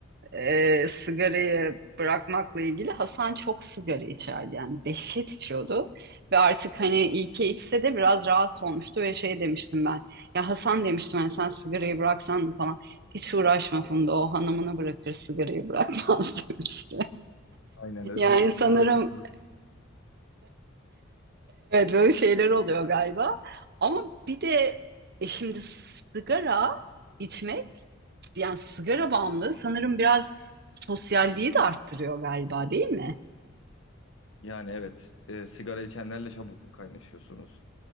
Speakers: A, on the right; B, on the left.
A: e, sigarayı bırakmakla ilgili Hasan çok sigara içerdi yani dehşet içiyordu. Ve artık hani iyi ki içse de biraz rahatsız olmuştu ve şey demiştim ben. Ya Hasan demiştim hani sen sigarayı bıraksan falan. Hiç uğraşma Funda o hanımını bırakır sigarayı bırakmaz <laughs> demişti.
B: Aynen öyle
A: Yani sanırım
B: öyle. bir durum.
A: Evet böyle şeyler oluyor galiba. Ama bir de e şimdi sigara içmek yani sigara bağımlılığı sanırım biraz sosyalliği de arttırıyor galiba değil mi?
B: Yani evet e, sigara içenlerle çabuk kaynaşıyorsunuz.